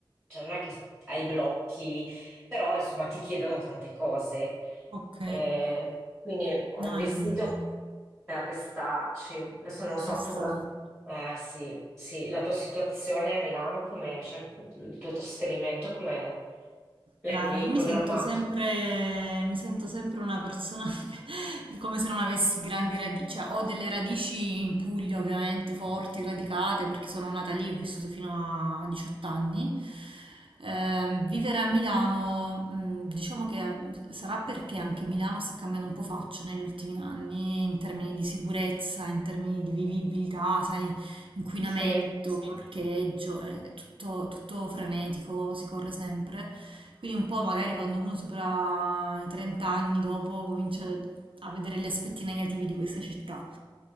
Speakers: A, in the centre; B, on the right (about 75°).
A: cioè non è che hai blocchi, però insomma ti chiedono tante cose.
B: Ok,
A: Eh, quindi ho
B: no,
A: investito
B: è mm,
A: per restarci. Adesso non
B: per
A: so
B: restare.
A: tu la, eh, sì, sì, la tua situazione a Milano, come, cioè, il tuo trasferimento, come l'avevi
B: No, no, io
A: programmato?
B: mi sento sempre, mi sento sempre una persona <laughs> che- come se non avessi grandi radici, cioè ho delle radici in Puglia ovviamente forti, radicate, perché sono nata lì e ho vissuto fino a 18 anni. Ehm, vivere a Milano, mh, diciamo che mh, sarà perché anche Milano sta cambiando un po' faccia negli ultimi anni in termini di sicurezza, in termini di vivibilità, sai, inquinamento,
A: Sì.
B: Sì. parcheggio, è, è tutto tutto frenetico, si corre sempre. Quindi un po' magari quando uno supera i 30 anni dopo comincia a vedere gli aspetti negativi di questa città.